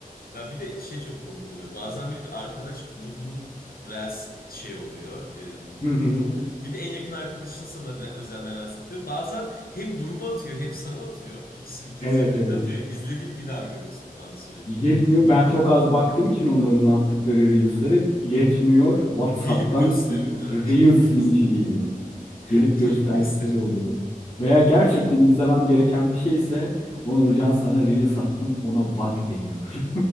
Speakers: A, on the left (about 80°); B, on the left (about 50°).
A: Ya bir de şey çok komik oluyor. Bazen böyle bir arkadaş grubunun Reels şey oluyor e, bu
B: Hı
A: grubu.
B: hı.
A: Bir de en yakın arkadaşın sana re- özelden Reels atıyor. Bazen hem gruba atıyor hem sana atıyor. İkisi, ikinize
B: Evet
A: birlikte
B: evet.
A: atıyor. İzlediğin bir daha görüyorsun falan sürekli.
B: Yetmiyor. Ben çok az baktığım için onların attıkları Reels'lere yetmiyor. WhatsApp'tan
A: Gelip gösteriyorlar.
B: Reels
A: <laughs> Gelip göz
B: linki geliyor. Gelip
A: <laughs>
B: gösterdikleri
A: gelip gösteriyorlar.
B: oluyor. Veya gerçekten izlemem gereken bir şeyse Onurcan sana Reels attım ona bak deniyor.